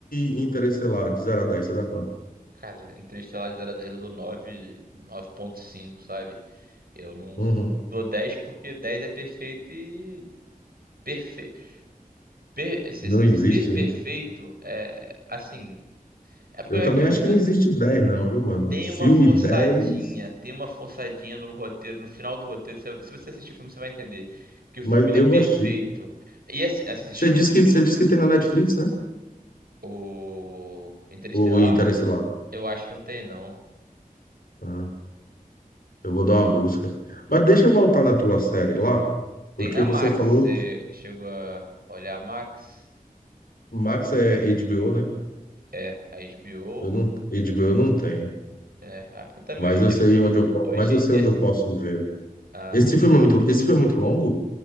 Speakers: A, on the left; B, on the right.
A: e Interestelar, de 0 a 10 você dá quanto?
B: Cara, Interestelar de 0 a 10 eu dou 9, 9.5, sabe? Eu não
A: Uhum.
B: dou 10 porque 10 é perfeito e perfe... per- assim,
A: Não existe,
B: ser perfeito
A: né?
B: é é- assim, é porque
A: Eu
B: é
A: também
B: aquilo,
A: acho
B: né?
A: que não existe 10 não, viu, mano?
B: Tem uma
A: Filme
B: forçadinha,
A: dez
B: tem uma forçadinha no roteiro, no final do roteiro. você- se você assistir o filme, você vai entender. Que o
A: mas
B: filme ele
A: eu
B: é perfeito.
A: vou assistir.
B: E assi- ah, você assistiu?
A: Você disse que, você disse que tem na Netflix, né?
B: O Interestelar?
A: O Interestelar.
B: Eu acho que não tem, não.
A: Ah, eu vou dar uma busca. Mas deixa eu voltar na tua série lá, porque
B: Tem na
A: você
B: Max.
A: falou,
B: Você chegou a olhar a Max?
A: Max é HBO, né?
B: É, a HBO.
A: Eu não, eu digo, eu não tenho,
B: É, ah, porque também
A: mas
B: hoje
A: eu
B: em dia.
A: sei
B: <laughs>
A: onde eu, po-
B: Hoje
A: mas eu
B: em
A: sei
B: dia.
A: onde
B: se-
A: eu posso ver.
B: Ah,
A: Esse filme é muito, esse filme é muito longo?